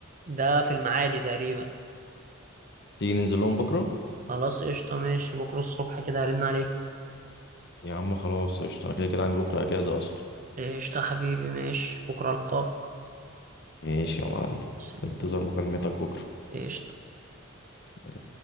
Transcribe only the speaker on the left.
تيجي ننزل لهم بكرة
يا عم خلاص قشطة أنا كده كده عندي بكرة أجازة أصلا
ماشي يا معلم
في انتظار مكالمتك بكرة
يلا